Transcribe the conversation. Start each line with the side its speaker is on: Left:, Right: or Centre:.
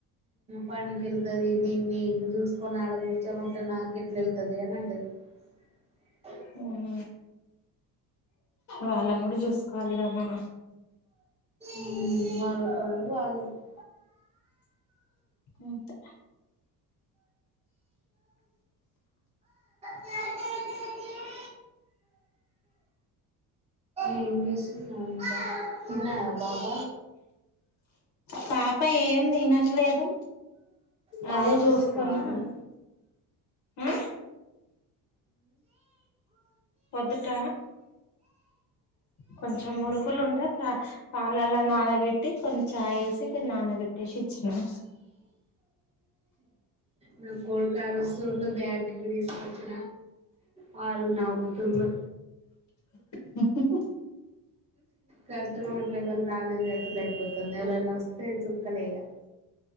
Right: పనికి వెళ్తది నేన్న ఇడా చూసుకొని ఆడ <unintelligible> నాకు ఎట్లా అయ్యితది <unintelligible>
Left: మ్మ్ వాళ్ళం కూడా చూసుకోవాలి కద మనం
Right: ఉమ్ వాళ్ళ పనులు వాళ్ళు
Left: అంతే
Right: <unintelligible> ఏం చేస్తున్నా ఇంకా తిన్నావా పాప
Left: పా <unintelligible> ఏం తినట్లేదు
Right: పాలిస్తునవ
Left: అదే చూస్తున్నా
Right: నువ్వు
Left: ఆ పొద్దుట కొంచెం మురుకులు ఉంటే పళ్లలో నానబెట్టి కొన్ని చాయ్ వేసి కొన్ని నానబెట్టేసి ఇచ్చినం
Right: నా <unintelligible> <unintelligible> బ్యాగ్కి తీసుకు వాళ్ళునవు తుండ్లు
Left: <inaudible>
Right: కస్టమర్లు ఎవల్ రాలేదు కాబట్టి సరిపోతాంది ఎవలన్నా వస్తే చుక్కలే ఇగ